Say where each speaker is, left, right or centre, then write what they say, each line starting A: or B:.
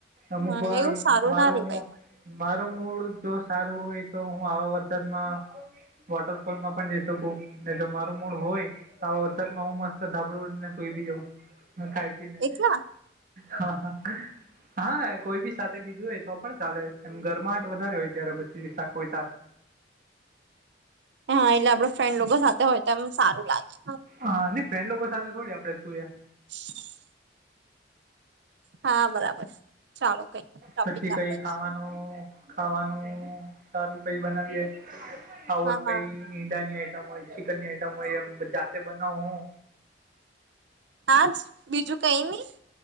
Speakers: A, on the right (about 50°); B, on the right (about 70°).
A: અમુક
B: હા
A: વાર
B: એવું સારું
A: મારું
B: ના રેવાય
A: મુ મારું
B: પણ
A: મારું મૂડ જો સારું હોય તો હું આવા વરસાદમાં વોટરફોલમાં પણ જઈ શકું ને જો મારું મૂળ હોય તો આ વરસાદમાં હું મસ્ત ધાબડુ ઓડીને કોઈ બી જવું ખાઈ પીને
B: એકલા
A: હા હા કોઈ બી સાથે બીજું હોય તો પણ ચાલે એમ ગરમાહટ વધારે હોય ત્યારે પછી શાકઈ
B: હા એટલે આપડે ફ્રેન્ડ લોકો સાથે હોય તો એમ સારું લાગે
A: હા ફ્રેન્ડ લોકો સાથે થોડી આપડે સૂએ
B: <inaudible> હા બરાબર ચાલો કઈ નઈ ટોપિક
A: પછી કઈ
B: આપડે
A: ખાવાનું ખાવાનું સારું કઈ બનાવીએે આવું
B: હા
A: એમ
B: હા
A: કઈ ઈંડાની આઈટમ હોય ચિકનની આઈટમ હોય એમ જાતે બનાવ હું
B: હાજ બીજું કઈ ની